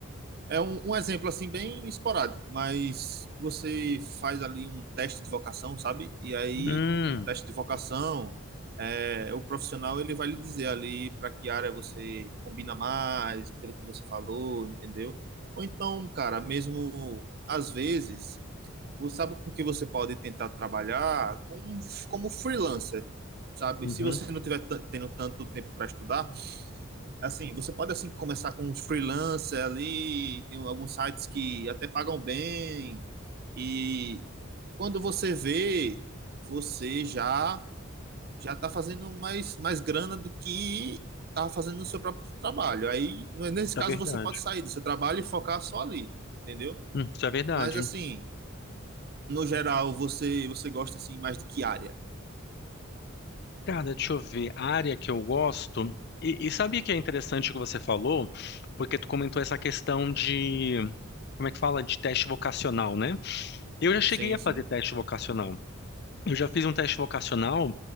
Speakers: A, on the right; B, on the left.
A: é um, um exemplo, assim, bem esporádico, mas você faz ali um teste de vocação, sabe? E aí,
B: Hum,
A: no teste de vocação, é, o profissional, ele vai lhe dizer ali para que área você combina mais, pelo que você falou, entendeu? Ou então, cara, mesmo às vezes você sabe com que você pode tentar trabalhar com, como freelancer, sabe?
B: uhum,
A: Se você
B: isso
A: não tiver tan- tendo tanto tempo para estudar, assim, você pode assim começar com um freelancer ali, tem alguns sites que até pagam bem e quando você vê, você já já tá fazendo mais mais grana do que tá fazendo no seu próprio trabalho. Aí, nesse caso,
B: é verdade.
A: você pode sair do seu trabalho e focar só ali, entendeu?
B: Hum, isso é verdade.
A: Mas assim, no geral, você você gosta assim mais de que área?
B: Cara, deixa eu ver. A área que eu gosto. E, e sabia que é interessante o que você falou? Porque tu comentou essa questão de. Como é que fala? De teste vocacional, né? Eu já cheguei
A: Sim,
B: a
A: sim.
B: fazer teste vocacional. Eu já fiz um teste vocacional